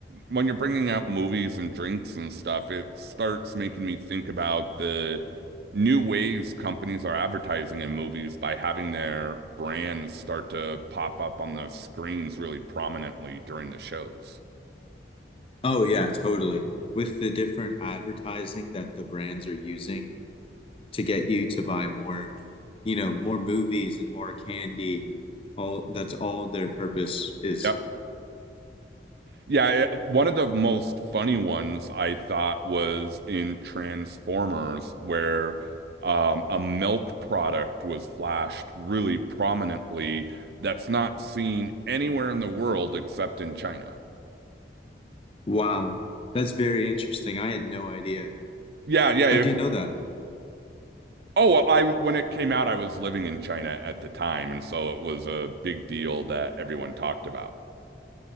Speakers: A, on the right (about 65°); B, on the left (about 30°).
A: when you're bringing up movies and drinks and stuff, it starts making me think about the new ways companies are advertising in movies by having their brands start to pop up on the screens really prominently during the shows.
B: oh yeah totally with the different advertising that the brands are using to get you to buy more you know more movies and more candy all that's all their purpose is
A: Yep. Yeah, it- one of the most funny ones I thought was in Transformers, where um, a milk product was flashed really prominently that's not seen anywhere in the world except in China.
B: wow that's very interesting i had no idea
A: Yeah, yeah.
B: how
A: If
B: do you know that
A: oh, well, I when it came out, I was living in China at the time, and so it was a big deal that everyone talked about,